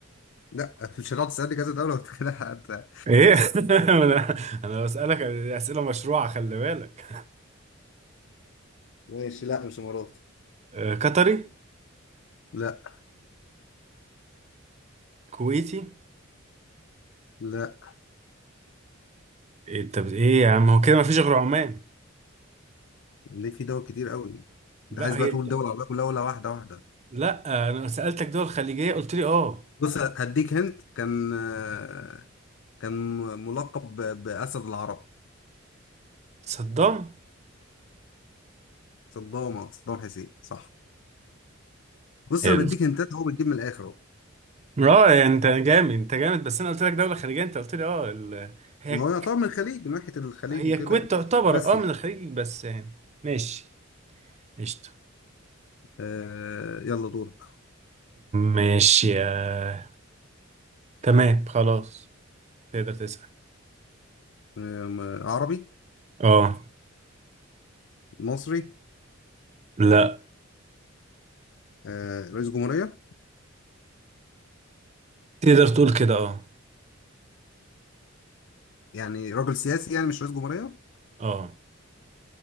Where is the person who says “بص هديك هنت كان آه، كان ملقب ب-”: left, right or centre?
Left